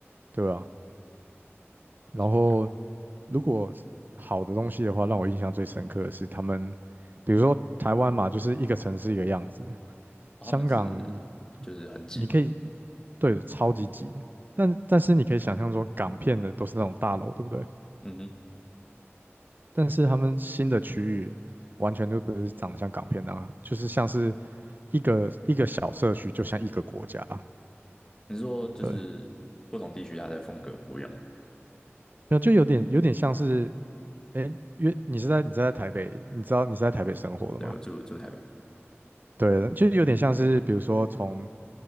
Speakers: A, on the right; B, on the left.
A: 对啊。然后
B: 香港，
A: 如果好的东西的话，让我印象最深刻的是他们，比如说台湾嘛，就是一个城市一个样子，
B: 哦，
A: 香港你
B: 他们是就是很挤嘛。
A: 你可以对超级挤的但但是你可以想象说港片的都是那种大楼，对不对？
B: 嗯哼，
A: 但是他们新的区域完全就不是长得像港片那样，就是像是一个一个小社区，就像一个国家，
B: 你是说就是不同地区它的风格很不一样吗？
A: 对，那就有点有点像是，哎，因为你是在你是在台北，你知道你是在台北生活的吗？
B: 对，我住住台北，
A: 对，就有点像是，比如说从